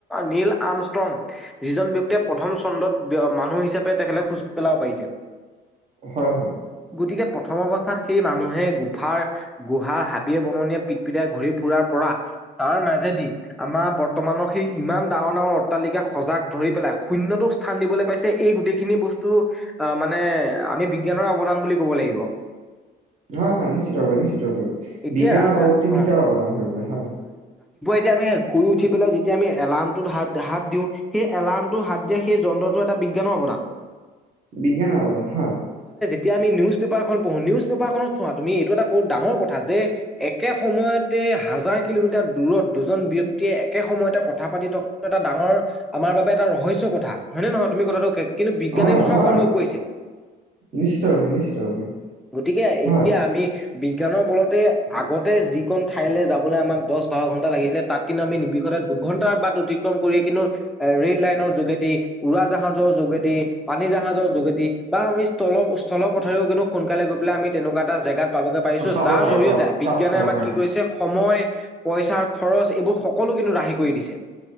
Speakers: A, in the centre; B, on the right.
A: নীল আমষ্ট্ৰং যিজন ব্যক্তিয়ে প্ৰথম খণ্ডত মানুহ হিচাপে তেখেলে খোজ পেলাব পাৰিছে।
B: হয় হয়।
A: গতিকে প্ৰথম অৱস্থাত সেই মানুহে গুফাৰ গুহাৰ হাবিয়ে বননিয়ে পিটপিটাই ঘূৰি ফুৰাৰ পৰা তাৰ মাজেদি, আমাৰ বৰ্তমানৰ সেই ইমান ডাঙৰ ডাঙৰ অট্টালিকা সজাগ ধৰি পেলাই শূন্যতটো স্থান দিবলৈ পাইছে এই গোটেইখিনি বস্তু আহ মানে আমি বিজ্ঞানৰ অৱদান বুলি ক'ব লাগিব।
B: হয় হয় নিশ্চিতৰূপে নিশ্চিত ৰূপে।
A: এতিয়া
B: বিজ্ঞান
A: ৰা
B: আৰু প্ৰযুক্তিবিদ্যাৰ
A: ৰা অ
B: অৱদান সৰপে হয়।
A: যেতিয়া আমি শুই উঠি পেলাই যেতিয়া আমি এলাৰ্মটোত হাত হাত দিওঁ সেই এলাৰ্মটো হাত দিয়া সেই যন্ত্ৰটো এটা বিজ্ঞানৰ অৱদান।
B: বিজ্ঞানৰ অৱদান হয়।
A: এতিয়া আমি নিউজ পেপাৰখন পঢ়ো নিউজ পেপাৰখনত চোৱা তুমি এইটো এটা বহুত ডাঙৰ কথা যে একে সময়তে হাজাৰ কিলোমিটাৰ দূৰত দুজন ব্যক্তিয়ে একে সময়তে কথা পাতি থকাটো এটা ডাঙৰ আমাৰ বাবে এটা ৰহস্য কথা হয় নে নহয় তুমি কথাটো? কিন্তু বিজ্ঞান
B: হয়
A: এই বছৰ
B: হয়
A: সম্ভৱ কৰিছে।
B: নিশ্চিত ৰূপে নিশ্চিত ৰূপে
A: গতিকে এতিয়া
B: হয়।
A: আমি বিজ্ঞানৰ বলতে আগতে যিখন ঠাইলে যাবলে আমাক দছ-বাৰ ঘণ্টা লাগিছিলে, তাত কিন্তু আমি নিৰবিষদ দুঘন্টাৰ বাট অতিক্ৰম কৰিয়ে কিনো এ ৰেল লাইনৰ যোগেদি, উৰা জাহাজৰ যোগেদি পানী জাহাজৰ যোগেদি, বা আমি স্থল-স্থলৰ পথেৰেও কিন্তু সোনকালে গৈ পেলে আমি তেনেকুৱা এটা জেগাত পাবগে পাৰিছো,
B: পাব
A: যাৰ
B: পাৰো
A: জৰিয়তে
B: পাব
A: বিজ্ঞানে
B: পাব
A: আমাক
B: পাৰো
A: কি কৰিছে সময়, পইচাৰ খৰচ, এইবোৰ সকলো কিন্তু ৰাহি কৰি দিছে।